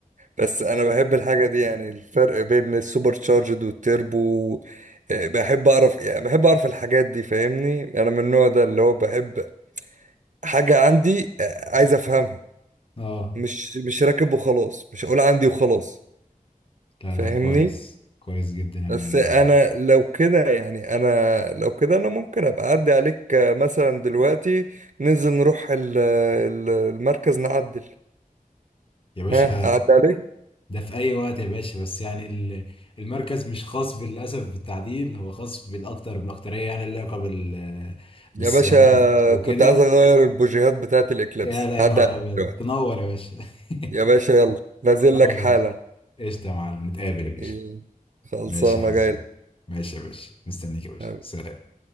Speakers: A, on the right; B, on the left.
A: بس أنا بحب الحاجة دي يعني الفرق بين السوبر تشارجد والتربو أه، بحب أعرف يعني بحب أعرف الحاجات دي فاهمني أنا من النوع ده اللي هو بحب حاجة عندي أه، عايز أفهمها
B: اه
A: مش مش راكب وخلاص مش هقول عندي وخلاص
B: لا
A: فاهمني
B: لا كويس كويس جدا يعني
A: بس
B: انا
A: انا لو كده يعني انا لو كده انا ممكن ابقى اعدي عليك آه، مثلا دلوقتي ننزل نروح ال- ال- المركز نعدل
B: يا باشا
A: ها اعدي عليك
B: ده في أي وقت يا باشا بس يعني ال- المركز مش خاص بالأسف بالتعديل هو خاص بالأكتر بالأكترية يعني اللي علاقة بال-
A: يا
B: بالصيانات
A: باشا
B: وكده
A: كنت عايز اغير البوجيهات بتاعت الاكليبس
B: يا لا
A: هعدي
B: يا نهار
A: عليك
B: أبيض
A: دلوقتي
B: تنور يا باشا <laughs>
A: يا باشا يلا نازل
B: تنور
A: لك حالا
B: يا باشا قشطة يا معلم نتقابل يا باشا
A: إيه، خلصانه
B: ماشي يا حظ
A: جاي
B: ماشي يا باشا مستنيك يا باشا
A: لك
B: سلام